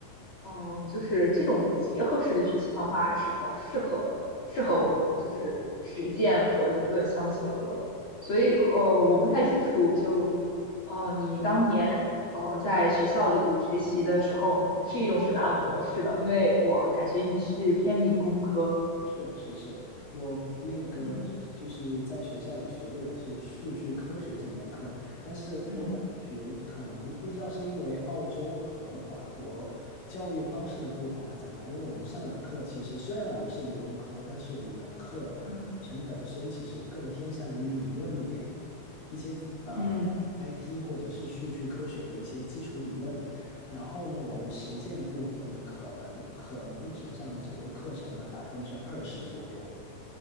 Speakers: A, on the left; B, on the left.
A: 嗯，就是这种结合式的学习方法还是比较适合适合我们的，就是实践和理论相结合。所以，呃，我不太清楚就，呃，你当年呃在学校里学习的时候，你们是一种什么样的模式呢？因为我感觉你是偏理工科。
B: 是是是，我那个就是在学校里学的也是数据科学这门课，
A: 嗯
B: 但是我感觉可能不知道是因为澳洲和法国教育方式的不同还是怎么样，
A: 嗯
B: 因为我们上的课其实虽然我们是理工科，但是我们的课课程本身其实更偏向于理论一点，
A: 嗯
B: 一些呃
A: 嗯
B: IT 或者是数据科学的一些基础理论。然后呢，我们实践部分可能可能只占整个课程的百分之二十左右。